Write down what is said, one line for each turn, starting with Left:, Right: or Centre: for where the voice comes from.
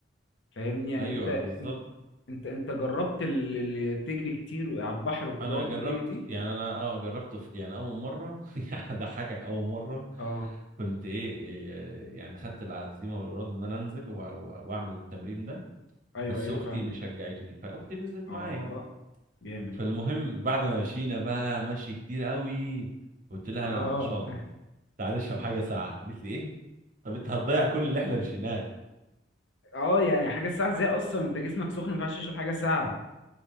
Left: فاهمني يعني
Right: ايوه
Left: انت
Right: بالظبط
Left: انت انت, انت جربت ال- ال- تجري كتير على البحر وكده
Right: انا
Left: والدنيا
Right: جربت
Left: دي
Right: يعني انا اه جربت في يعني اول مرة <laughs> يعني اضحكك اول مرة
Left: اه
Right: كنت ايه إيه، يعني خدت العزيمة والإرادة ان انا انزل و- و- واعمل التمرين ده
Left: ايوه
Right: بس
Left: ايوه
Right: اختي
Left: فاهمك
Right: اللي شجعتني فاختي نزلت
Left: اه
Right: معايا
Left: جامد
Right: فالمهم بعد ما مشينا بقى مشي كتير قوي قلت لها
Left: اه
Right: انا عطشان
Left: <laughs>
Right: تعالى نشرب حاجة ساقعة قالت لي ايه طب انت هتضيع كل اللي احنا مشيناه
Left: اه يعني حاجه ساعه ازاي اصلا انت جسمك سخن ما ينفعش تشرب حاجه ساعه